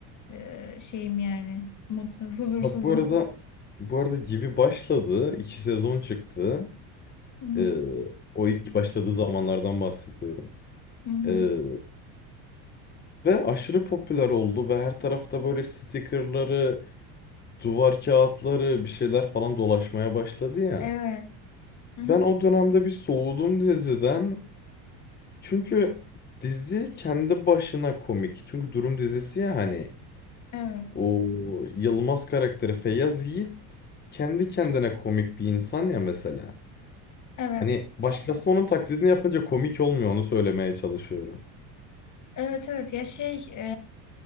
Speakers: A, on the left (about 45°); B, on the left (about 25°).
A: e, şeyim yani mutlu, huzursuzum.
B: Bak bu arada bu arada Gibi başladı. İki sezon çıktı.
A: Hı hı.
B: Ee, o ilk başladığı zamanlardan bahsediyorum.
A: Hı hı.
B: Ee, ve aşırı popüler oldu ve her tarafta böyle stickerları duvar kağıtları bir şeyler falan dolaşmaya başladı ya.
A: Evet. Hı hı.
B: Ben o dönemde bir soğudum diziden. Çünkü dizi kendi başına komik. Çünkü durum dizisi ya hani
A: Evet.
B: o Yılmaz karakteri Feyyaz Yiğit kendi kendine komik bir insan ya mesela.
A: Evet.
B: Hani başkası onun taklidini yapınca komik olmuyor onu söylemeye çalışıyorum.
A: Evet evet ya şey e,